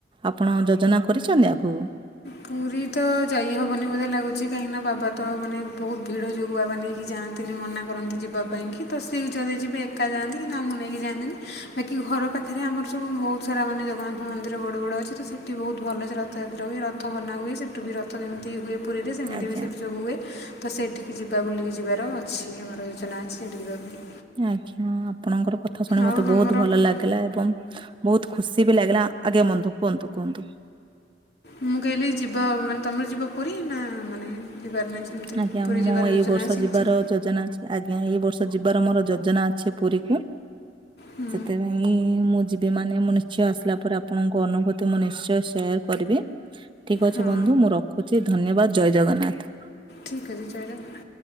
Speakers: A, on the right; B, on the left.
A: ଆପଣ ଯୋଜନା କରିଛନ୍ତି ଆଗକୁ?
B: ପୁରୀ ତ ଯାଇହବନି ବୋଧେ ଲାଗୁଛି କାହିଁକି ନା ବାବା ତ ମାନେ ବହୁତ ଭିଡ଼ ଯୋଗୁ ବାବା ନେଇକି ଯା ମନା କରନ୍ତି ଯିବା ପାଇଁ କି ତ ସେ ଯଦି ଯିବେ ଏକା ଯାଆନ୍ତି କି ଆମକୁ ନେଇକି ଯାଆନ୍ତିି ବାକି ଘର ଆମ ପାଖରେ ଆମର ସବୁ ବହୁତ ସା ମାନେ ଜଗନ୍ନାଥ ମନ୍ଦିର ବଡ଼ ବଡ଼ ଅଛି ତ ସେଠ୍ ଏଠି ବହୁତ ଭଲ ସେ ରଥଯାତ୍ରା ହୁଏ ରଥ ବନା ହୁଏ ସେଠୁ ବି ରଥ ଯେମିତି ହୁଏ। ପୁରୀରେ ସେମିତି
A: ଆଜ୍ଞା
B: ବି ସେଠି ସବୁ ହୁଏ ତ ସେଠିକି ଜିବ୍ ବା ବୁଲିକି ଯିବାର ଅଛି ଆମର ଯୋଜନା ଅଛି ସେଇଠି ଯିବା ପାଇଁ।
A: ଆଜ୍ଞା ଆପଣଙ୍କର କଥା ଶୁଣି ମତେ
B: ଆଉ
A: ବହୁତ
B: ତୁମର
A: ଭଲ ଲାଗିଲା ଏବଂ ବହୁତ ଖୁସି ବି ଲାଗିଲା ଆଗେ ବନ୍ଧୁ କୁହନ୍ତୁ କୁହନ୍ତୁ?
B: ମୁଁ କହିଲି ଯିବା ମାନେ ତମର ଯିବା ପରୀ? ନା ମାନେ ଯିବାର ନାହିଁ ସେମିତି
A: ଆଜ୍ଞା
B: ପୁରୀ
A: ମୁଁ
B: ଯିବାର
A: ଏଇ
B: ଯୋଜନା
A: ବର୍ଷ
B: ଅଛି
A: ଯିବାର
B: କିଛି
A: ଯୋଜନା ଆଜ୍ଞା ଏଇ ବର୍ଷ ଯିବାର ମୋର ଯୋ ଯୋଜନା ଅଛି ପୁରୀକୁ
B: ହୁଁ
A: ସେଥିପାଇଁ ମୁଁ ଯିବି ମାନେ ମୁନିସ୍ ଝିଅ ଆସିଲା ପରେ ଆପଣଙ୍କ ଅନୁଭୂତି ମୁଁ ନିଶ୍ଚୟ ସେୟାର କରିବି। ଠିକ୍ ଅଛି
B: ହଁ
A: ବନ୍ଧୁ ମୁଁ ରଖୁଛି ଧନ୍ୟବାଦ ଜୟ ଜଗନ୍ନାଥ।
B: ଠିକ୍ ଅଛି ଚାଇଲେ।